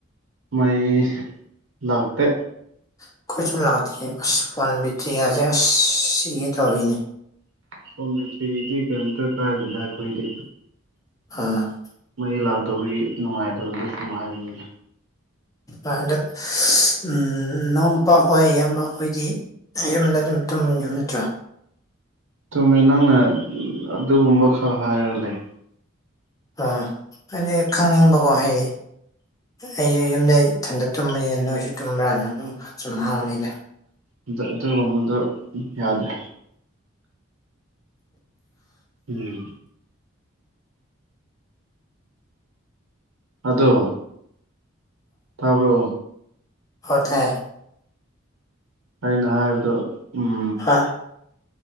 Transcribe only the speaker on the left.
ꯑꯩꯈꯣꯏꯁꯨꯨ ꯂꯥꯛꯇꯤꯌꯦ ꯑꯁ ꯐꯣꯟ ꯕꯤꯔ꯭ꯇꯤꯀꯥꯁꯦ ꯑꯁ ꯁꯤꯒꯦ ꯇꯧꯔꯦꯅꯦ
ꯑ
ꯑ ꯍꯟꯗꯛ ꯎꯁ ꯏꯅꯥꯎꯄꯥꯈꯣꯏ ꯏꯌꯥꯝꯕꯈꯣꯏꯗꯤ ꯌꯨꯝꯗ ꯑꯗꯨꯝ ꯇꯨꯝꯃꯤ ꯅꯠꯇ꯭ꯔ
ꯑ ꯍꯥꯏꯗꯤ ꯈꯪꯅꯤꯡꯕꯀꯣ ꯍꯩ ꯑꯩꯁꯨ ꯌꯨꯝꯗ ꯏꯊꯟꯗ ꯇꯨꯝꯕꯅꯤꯅ ꯅꯣꯏꯁꯨ ꯇꯨꯝꯕ꯭ꯔꯥꯅ ꯑꯗꯨꯝ ꯁꯨꯝ ꯍꯪꯅꯤꯗ
ꯍꯣꯏ ꯇꯥꯏꯌꯦ
ꯍꯥ